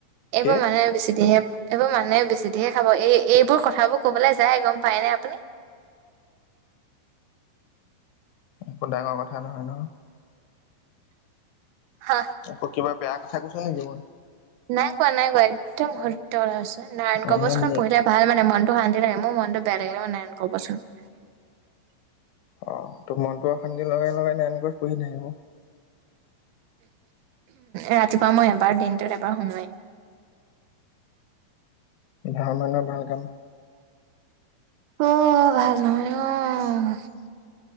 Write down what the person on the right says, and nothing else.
এইবোৰ
মানুহে বেচি দিহে এইবোৰ মানুহে বেছি ধহে খাব এই এইবোৰ কথাবোৰ কবলৈ যায় গম পায় নাই আপুনি।
হা
নাই কোৱা নাই কোৱা একদম সত্য ক হৈছে নাৰায়ণ
কৱচখন
পঢ়িলে ভাল মানে মনটো শান্তি তে এম মান বটগিল ম নাই <unintelligible>
ৰাতিপুৱা মই এবাৰ দিনটোত এবাৰ শুনোৱেই।
অ', ভাল নহয়। অ'